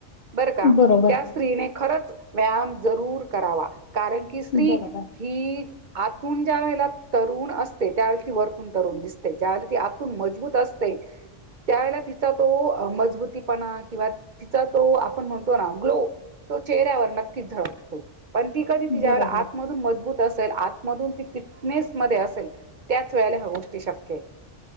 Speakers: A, on the right; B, on the left.
A: बरं का
B: बरोबर,
A: त्या स्त्रीने खरंच व्यायाम जरूर करावा. कारण कि की स्त्री
B: बरोबर,
A: ही आतून ज्या वेळेला तरुण असते त्यावेळेला ती वरतून तरुण दिसते. ज्यावेळेला आतून मजबूत असते. त्यावेळे तिचा तो मजबूतीपणा किंवा तिचा तो आपण म्हणतो ना ग्लो तो चेहऱ्यावर नक्कीच झळकतो. पण ती कधी ती ज्यावेळेला
B: बरोबर,
A: आतमधून मजबूत असेल आतमधून त फिटनेस मध्ये असेल त्याच वेळेला ह्या गोष्टी शक्य आहे.